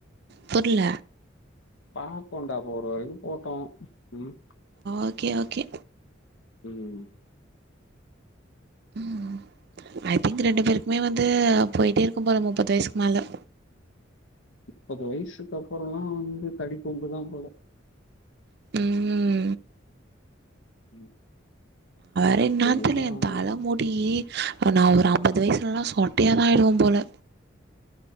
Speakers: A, on the right; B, on the left.
A: புர்ல
B: பாப்பண்டா போற வரைக்கு போட்டு ம்
A: ஓகே ஓகே
B: ம்
A: ம் ஐ திங்க் ரெண்டு பேருக்குமே வந்து போய்ட்டே இருக்கு போல முப்பது வய்சுக்கு மேல
B: முப்பது வய்சுக்கு அப்பறோ தா வந்து <unintelligible> தா போல
A: ம் ம்
B: ம்
A: அத என்னானு
B: ஒழுங்கா
A: தெர்ல என்
B: வந்து
A: தல முடி நா ஒரு அம்பது வய்சுலலா சொட்டையா தா ஆயிடுவ போல